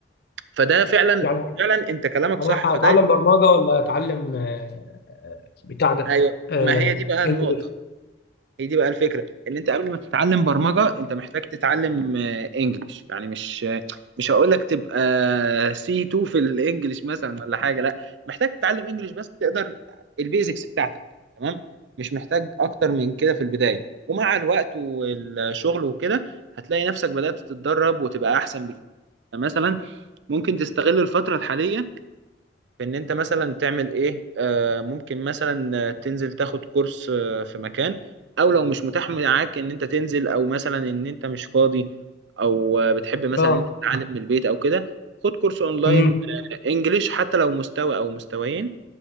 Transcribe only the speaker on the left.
يعني
أنا
اتعلم برمجه ولا اتعلم آه، آه، بتاع ده
آه،
انجليزي
اه
امم